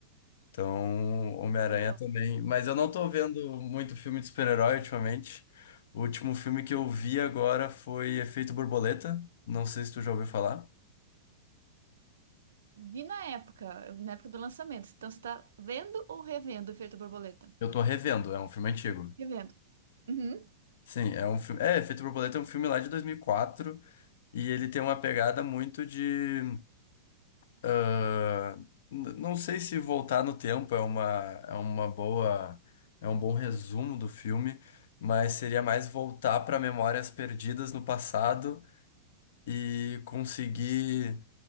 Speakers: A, on the left (about 70°); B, on the right (about 80°).
A: Então, Homem-Aranha
B: Então,
A: também. Mas eu não tô vendo muito filme de super-herói ultimamente. O último filme que eu vi agora foi Efeito Borboleta. Não sei se tu já ouviu falar.
B: vi na época, na época do lançamento. Então, você tá vendo ou revendo o Efeito Borboleta?
A: Eu tô revendo, é um filme antigo.
B: Revendo. Uhum.
A: Sim, é um filme. É, Efeito Borboleta é um filme lá de 2004 e quatro e ele tem uma pegada muito de Ah, n- não sei se voltar no tempo é uma, é uma boa, é um bom resumo do filme, mas seria mais voltar para memórias perdidas no passado e conseguir